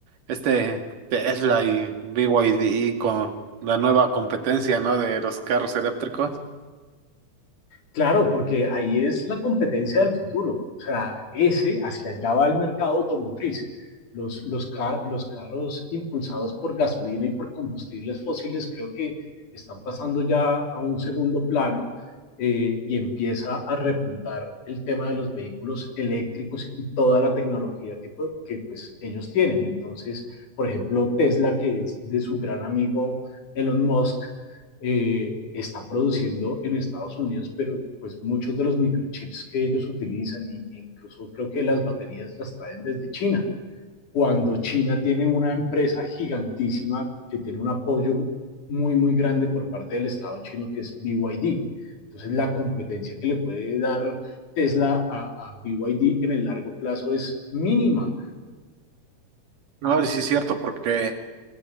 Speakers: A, on the right (about 85°); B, on the left (about 75°).
A: este Tesla y BYD, con la nueva competencia, ¿no? De los carros eléctricos.
B: Claro, porque ahí es la competencia del futuro. O sea, ese, hacia allá va el mercado automotriz. Los, los, ca- los carros impulsados por gasolina y por combustibles fósiles creo que están pasando ya a un segundo plano eh, y empieza a repuntar el tema de los vehículos eléctricos y toda la tecnología que, pu- que pues, ellos tienen. Entonces, por ejemplo, Tesla, que es de su gran amigo Elon Musk, eh, está produciendo en Estados Unidos, pero pues muchos de los microchips que ellos utilizan, e incluso creo que las baterías las traen desde China, cuando China tiene una empresa gigantísima que tiene un apoyo muy, muy grande por parte del Estado chino, que es BYD. Entonces, la competencia que le puede dar Tesla a, a BYD en el largo plazo es mínima.
A: No, y sí es cierto, porque